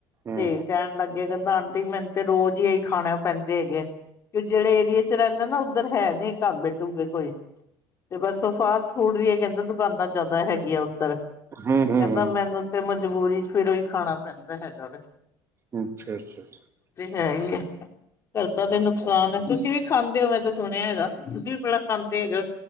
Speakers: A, on the right; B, on the left.
A: ਹੂੰ
B: ਤੇ ਕਹਿਣ ਲੱਗੇ। ਕਹਿੰਦਾ, ਆਂਟੀ ਮੈਨੂੰ ਤੇ ਰੋਜ਼ ਹੀ ਆਪ ਖਾਣੇ ਪੈਂਦੇ ਹੈਗੇ। ਕਿ ਜਿਹੜੇ ਏਰੀਏ ਚ ਰਹਿੰਦੇ ਨਾ ਉੱਧਰ ਹੈ ਨਹੀਂ ਢਾਬੇ ਢੁੱਬੇ ਕੋਈ ਤੇ ਬਸ ਉਹ ਫਾਸਟ ਫੂਡ ਦੀਆਂ ਕਹਿੰਦੇ ਦੁਕਾਨਾਂ ਜ਼ਿਆਦਾ ਹੈਗੀਆਂ ਉੱਧਰ
A: ਹੂੰ
B: ਤੇ ਕਹਿੰਦਾ,
A: ਹੂੰ
B: ਮੈਨੂੰ ਤੇ ਮਜਬੂਰੀ ਚ ਫਿਰ ਉਹ ਹੀ ਖਾਣਾ ਪੈਂਦਾ ਹੈਗਾ ਵ
A: <unintelligible>
B: ਹੈ ਘਰ ਦਾ ਤੇ ਨੁਕਸਾਨ ਹੈ। ਤੁਸੀਂ ਵੀ ਖਾਂਦੇ ਹੋ। ਮੈਂ ਤਾਂ ਸੁਣਿਆ ਹੈਗਾ, ਤੁਸੀਂ ਵੀ ਬੜਾ ਖਾਂਦੇ ਹੈਗੇ, ਹੋ